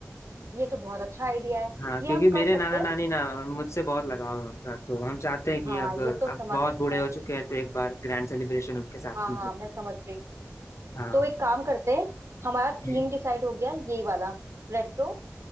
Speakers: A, on the right; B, on the left.
A: ये तो बहुत अच्छा आइडिया है
B: हाँ
A: ये
B: क्योंकि
A: हम
B: मेरे
A: कर सकते
B: नाना
A: हैं
B: नानी ना मुझसे बहुत लगाव है उनका तो हम चाहते हैं कि
A: हाँ
B: अब
A: ये तो
B: अब
A: समझ
B: बहुत
A: सकते
B: बूढ़े
A: हैं
B: हो चुके हैं तो एक बार ग्रैंड सेलिब्रेशन उनके साथ
A: हाँ
B: कीजिए
A: हाँ मैं समझ रही हूँ
B: हाँ
A: तो एक काम करते हैं हमारा
B: हम्म,
A: थीम डिसाइड हो गया यही वाला रेट्रो